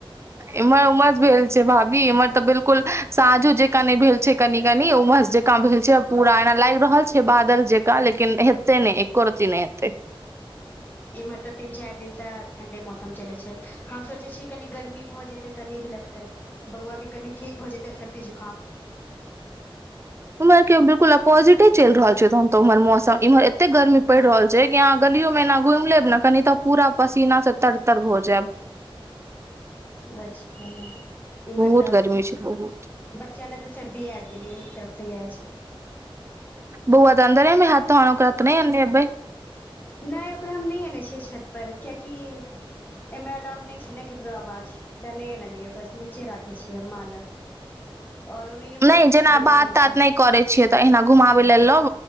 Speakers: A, on the right; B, on the left.
A: इम्हर उमस भेल छै भाभी इम्हर तऽ बिलकुल साँझो जेकाँ नहि भेल छै कनि-कनि उमस जकाँ भेल छै पूरा एना लागि रहल छै बादल जे का लेकिन हतै नहि एको रति नहि हेतै
B: इम्हर तऽ तीन चारि दिन से ठंडे मौसम चले छै हम सोचे छीै कनी गर्मी भऽ जेते तऽ नीक लगतै बौआ के कनि ठीक भऽ जेते सर्दी-जुखाम
A: उमहर के बिलकुल अ पॉजिटे चलि रहल छै तहन तऽ ओम्हर मौसम ईमहर एते गर्मी पईड़ रहल छै कि अहाँ गलियोमे एना घुमि लेब ने कनि तऽ पूरा पसीना सऽ तर-तर भऽ जैब
B: अच्छा इमहर
A: बहुत
B: त
A: गर्मी छै बहुत
B: बच्चा ले तऽ सर्दीे आबि गेलै एक तरफ सऽ इहे छै
A: बौआ तऽ अन्दरेमे हेत ओकरा त नहि अनने हेबय
B: नहि ओकरा हम नहि आनै छियै छत पर कियेकि। एहिमे अलाउड नहि छै ने केकरो आवाज तैं नहि एनलियै ओकरा नीचे राखै छियै हम माँ लग ओर ओनहियो बौआ
A: नहि
B: सुति
A: जेना
B: गेल
A: बात
B: छै एखन
A: तात नहि करै छियै तऽ अहिना घुमाबै ल लब